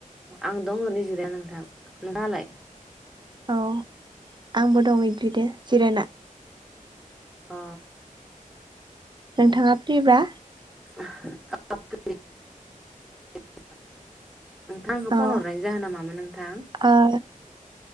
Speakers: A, in the centre; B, on the right.
A: आं दं ओरैनो जिरायना नोंथां नोंङालाय
B: औ आंबो दं एग्रिदो जिरायना
A: अ
B: नोंथाङा फ्रिब्रा
A: <unintelligible> नोंथां आंखौ फन हरनाय जाहोन
B: औ
A: नामामोन नोंथां।
B: ओ